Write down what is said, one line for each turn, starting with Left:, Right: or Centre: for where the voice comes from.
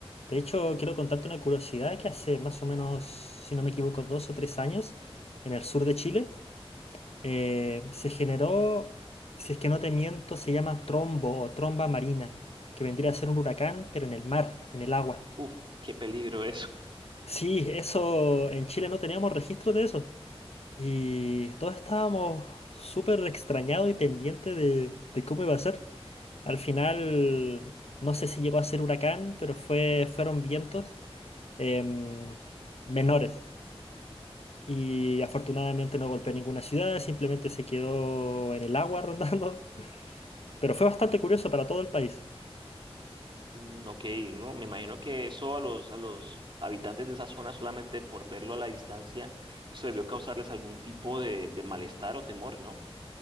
Left: De hecho, quiero contarte una curiosidad que hace más o menos, si no me equivoco, dos o tres años, en el sur de Chile, eh, se generó, si es que no te miento, se llama trombo o tromba marina, que vendría a ser un huracán, pero en el mar, en el agua.
Right: Uf, qué peligro eso.
Left: Sí, eso en Chile no teníamos registro de eso. Y todos estábamos súper extrañados y pendientes de, de cómo iba a ser. Al final, no sé si llegó a ser huracán, pero fue, fueron vientos em, menores. Y afortunadamente no golpeó ninguna ciudad, simplemente se quedó en el agua rondando. Pero fue bastante curioso para todo el país.
Right: Mm, Ok, no, me imagino que eso a los, a los habitantes de esa zona, solamente por verlo a la distancia, eso debió causarles algún tipo de, de malestar o temor, ¿no?